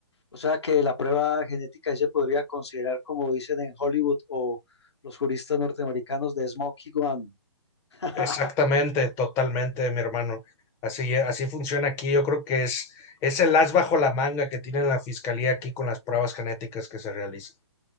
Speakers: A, on the left; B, on the left.
A: O sea que la prueba genética sí se podría considerar, como dicen en Hollywood o los juristas norteamericanos, de Smoky Gun. <laughs>
B: Exactamente, totalmente, mi hermano. Así, así funciona aquí. Yo creo que es, es el as bajo la manga que tiene la fiscalía aquí con las pruebas genéticas que se realizan.